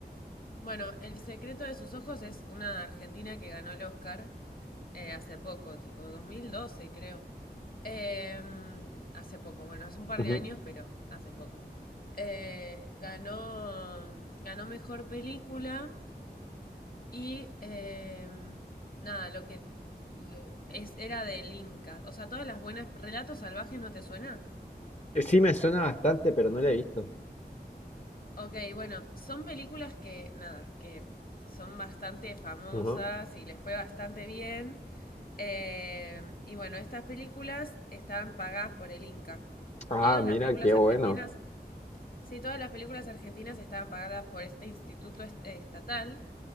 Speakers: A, on the left; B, on the left.
A: Bueno, El secreto de sus ojos es una argentina que ganó el Oscar Eh, hace poco, tipo 2012 creo. Eh, hace poco, bueno, hace un par
B: Ujú.
A: de años, pero hace poco. Eh, ganó, ganó mejor película y eh, nada, lo que lo- es, era del Inca. O sea, todas las buenas... ¿Relatos salvajes no te suena?
B: Eh, Sí, me suena bastante, pero no la he visto.
A: Ok, bueno, son películas que, nada, que son bastante famosas
B: Ujú.
A: y les fue bastante bien. Eh, y bueno, estas películas están pagadas por el Inca.
B: Ah,
A: Todas
B: mira,
A: las películas
B: qué
A: argentinas,
B: bueno.
A: sí, todas las películas argentinas estaban pagadas por este instituto est- estatal.